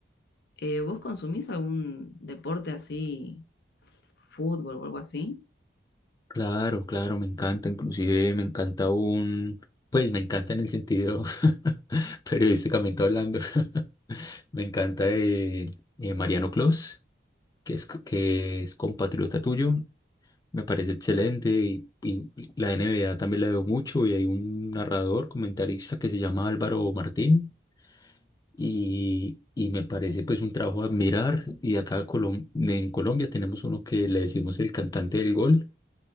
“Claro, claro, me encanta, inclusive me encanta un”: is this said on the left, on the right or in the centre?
Left